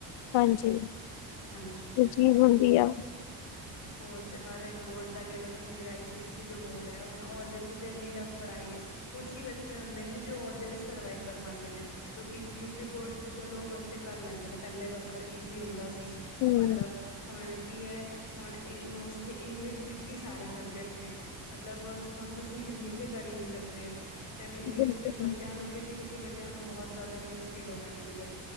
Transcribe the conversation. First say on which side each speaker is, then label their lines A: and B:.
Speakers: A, on the left (about 80°); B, on the left (about 45°).
A: ਹਾਂਜੀ।
B: ਹਾਂਜੀ।
A: ਚੀਜ਼ ਹੁੰਦੀ ਆ
B: ਹੋਰ ਹਰ ਏਕ ਬ੍ਰੋਡ ਦਾ ਵੀ ਅਲਗ ਹੁਨ ਜਿਵੇਂ, ਆਈ ਸੀ ਐਸ ਸੀ ਜੋ ਬੋ੍ਡ ਹੈ ਓ ਹੁਨ ਏਦੇ ਚ ਤੇ ਇਨੀ ਟੱਫ ਪਢਾਈ ਐ। ਕੁੱਛ ਈ ਬੱਚੇ ਹੋਂਦੇ ਨੇ ਜੋ ਓਦੇ ਵਿਚ ਸਰਵਾਈਵ ਕਰ ਪਾਂਦੇ ਨੇ ਕਿਉਂਕਿ ਯੂਪੀ ਬੋ੍ਡ ਤੇ ਚਲੋ ਬੱਚੇ ਕਰ ਲੈਂਦੇ ਨੇ ਪੈਲੇ ਵਰਗਾ ਈਜ਼ੀ ਹੁੰਦਾ ਸੀ,
A: ਹੂੰ।
B: ਮਤਲਬ ਹੁਣ ਕੀ ਏ, ਹੁਣ ਇ ਮੋਸਟਲੀ ਇੰਗਲਿਸ਼ ਵਿੱਚ ਹੀ ਸਾਰੇ ਸਬਜੈਕਟ ਨੇ। ਮਤਲਬ, ਹੁਨ ਤੂਸੀ ਹਿੰਦੀ ਚ ਕਰਈ ਨੀ ਸਕਦੇ, ਤੇ ਇੰਗਲਿਸ਼
A: ਬਿਲਕੁਲ।
B: ਵਿੱਚ ਬੱਚੇ ਆਂ ਨੂ ਕਿਸ ਕਿਸੀ ਬੱਚੇਆਂ ਨੂੰ ਬਹੁਤ ਜਾਦਾ ਹੀ ਮੁਸ਼ਕਿਲ ਹੋ ਜਾਂਦੀ ਏ,